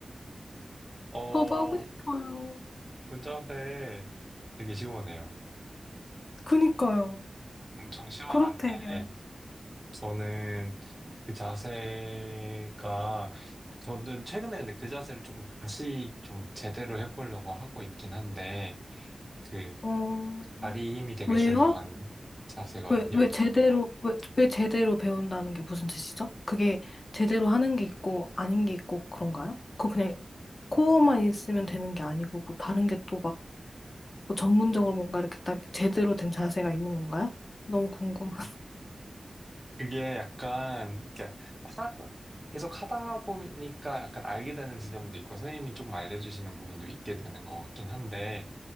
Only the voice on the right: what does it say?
<laughs> 어,
그 자세 되게 시원해요.
엄청 시원한데
저는 그 자세가 저는 최근에 근데 그 자세를 조금 다시 좀 제대로 해보려고 하고 있긴 한데 그
다리 힘이 되게
중요한 자세거든요.
그게 약간 이렇게 하 계속 하다 보니까 약간 알게 되는 지점도 있고 선생님이 조금 알려주시는 부분도 있게 되는 것 같긴 한데